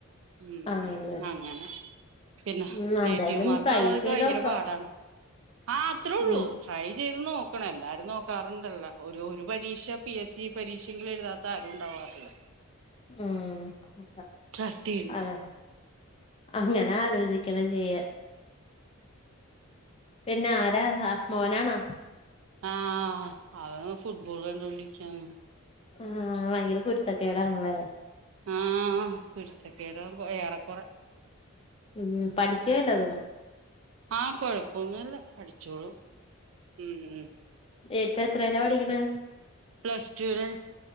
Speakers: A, on the right; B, on the left.
A: ഉം ഉം
B: ആണല്ലേ
A: ആങ്ങനെ പിന്ന
B: ഉം
A: നെറ്റീവ്
B: എന്തായാലും
A: മാർക്ക
B: ട്രൈ
A: ഉള്ളതൊക്കെ
B: ചെയ്തോക്കാം
A: ഭയങ്കര പാടാണ് ആഹ് അത്രുള്ളൂ
B: ഉം
A: ട്രൈ ചെയ്ത് നോക്കണ എല്ലാരും നോക്കാറുണ്ടല്ലോ ഒരു ഒരു പരീക്ഷ പി എസ് സി പരീക്ഷെങ്കിലും എഴുതാത്ത ആരും ഉണ്ടവാറില്ല
B: ഉം
A: ട്രൈ ചെയ്യും
B: അത അങ്ങനെ ആലോചി ക്കനെ ചെയ്യാ പിന്നെ ആരാ അ മോനാണോ അ
A: ആഹ് അവൻ ഫുട്ബോള് കണ്ടോൊണ്ടിരിക്കാണ്
B: ആ ഭയങ്കര കുരുത്തക്കെേടാണ്ലേ
A: ആഹ് കുരുത്തക്കെടാ ഏറെക്കുറെ
B: ഉം പഠിക്കോ വല്ലതും
A: ആഹ് കൊഴപ്പൊന്നുല്ല പഠിച്ചോളും ഉം
B: എട്ട് ഇപ്പ എത്രേലാ പഠിക്ക്ണെ
A: പ്ലസ് ടുന്